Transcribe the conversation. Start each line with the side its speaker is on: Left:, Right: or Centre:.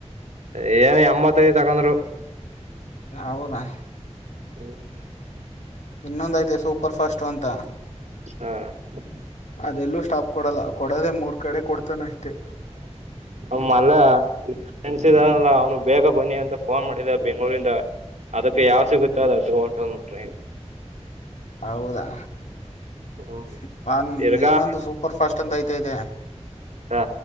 Right: ಹೇಯ್ ಎಂಬತೈದ್ ತಗೊಂದ್ರು.
Left: ಹೌದಾ!
Right: ಹ್ಮ್ <inaudible>
Left: ಇನ್ನೊಂದಐತೆ ಸೂಪರ್ ಫಾಸ್ಟ್ ಅಂತ.
Right: ಹ್ಮ್,
Left: ಅದೆಲ್ಲೂ ಸ್ಟಾಪ್ ಕೊಡಲ್ಲ. ಕೊಡದೆ ಮೂರ್ ಕಡೆ ಕೊಡ್ತಾನ ಅಷ್ಟೆ.
Right: ಹ ಮಲ್ಲ <unintelligible> ನೆನ್ಸಿದಲ್ಲ ಅವ್ನು ಬೇಗ ಬನ್ನಿ ಅಂತ ಫೋನ್ ಮಾಡಿದ ಬೆಂಗಳೂರಿಂದ. ಅದಕ್ಕೆ ಯಾವ್ ಸಿಗುತ್ತೋ ಅದ ಅದು ತೊಗೊಂಡಂದ್ ನಡ್ರಿ. <unintelligible>
Left: <unintelligible> ಹೌದಾ
Right: ಹ್ಮ
Left: <unintelligible> ನನ್
Right: ತಿರ್ಗಾ
Left: ಇನ್ನೊಂದು ಸೂಕ್ ಸೂಪರ್ ಫಾಸ್ಟ್ ಅಂತ ಐತಾಇದೆ.
Right: ಹಾ,